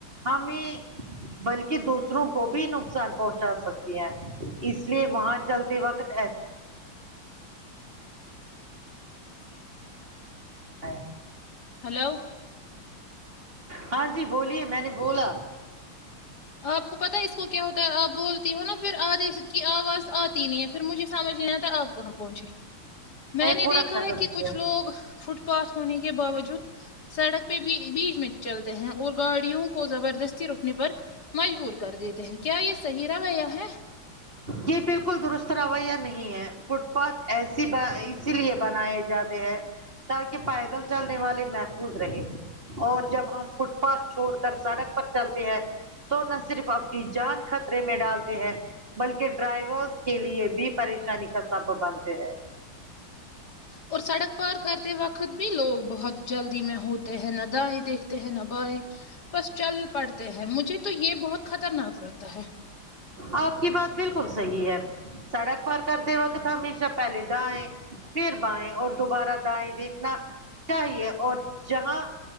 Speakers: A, on the right (about 25°); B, on the left (about 50°).
A: ہمیں
B: <inaudible>
A: بلکہ دوسروں کو بھی نقصان پہنچا سکتی ہے اس لیے وہاں چلتے وقت ای ہاں
B: ہلو
A: ہاں جی بولیے میں نے بولا
B: آپ کو پتاہ ہے اس کو کیا ہوتا ہے آپ بولتی ہو نا پھر آدے کی آواز آتی نہیں ھر مجھے سمجھ نہیں آتا آپ کہاں پہنچی میں نے
A: پورا
B: دیکھا
A: ختم
B: ہے کہ
A: کیا
B: کچھ لوگ فٹ پااس ہونے کے باوجود سڑک پہ بھی بیچ میں چلتے ہیں اور گاڑیوں کو زبردستی روکنے پر مجبور کر دیتے ہیں کیا یہ صحیح رویہ ہے
A: یہ بالکل درست رویہ نہیں ہے فٹ پاتھ ایسی اسی لیے بنائے جاتے ہیں تاکہ پیدل چلنے والے محفوظ رہے اور جب ہم فٹ پاتھ چھوڑ کر سڑک پر چلتے ہیں تو نہ صرف اپنی جان خطرے میں ڈالتے ہیں بلکہ ڈرائیورس کے لیے بھی پریشانی کا سبب بنتے ہیں
B: اور سڑک پار کرتے وقت بھی لوگ بہت جلدی میں ہو ہیں نہ دائیں دیکھتے ہیں نہ بائیں بس چل پڑتے ہیں مجھے تو یہ بہت خطرناک لگتا ہے
A: آپ کی بات بالکل صحیح ہے سڑک پر کرتے وقت ہمیشہ پہل داںیں پھر بائیں اور دوبارہ دائیں دیکھنا چاہیے اور جہاں